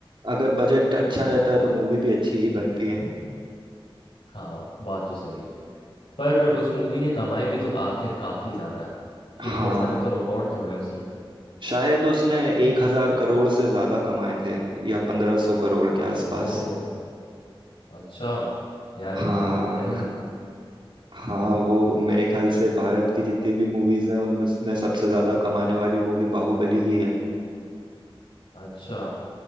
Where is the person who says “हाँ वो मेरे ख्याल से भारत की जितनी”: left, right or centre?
Right